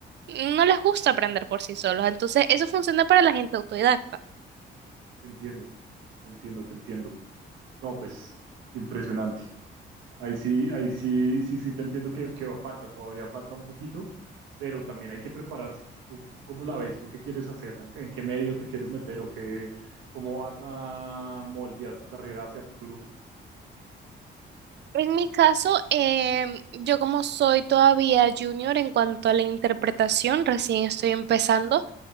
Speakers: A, on the right (about 60°); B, on the right (about 80°).
A: no les gusta aprender por sí solos. Entonces, eso funciona para la gente autodidacta.
B: Te entiendo, te entiendo, te entiendo. No, pues, impresionante. Ahí sí, ahí sí, sí, sí, te entiendo que, que falta, todavía falta un poquito, pero también hay que prepararse. ¿Tú, tú cómo la ves? ¿Tú qué quieres hacer? ¿En, en qué medio te quieres meter? ¿O qué, cómo vas a moldear tu carrera hacia futuro?
A: En mi caso, em, yo como soy todavía junior en cuanto a la interpretación, recién estoy empezando.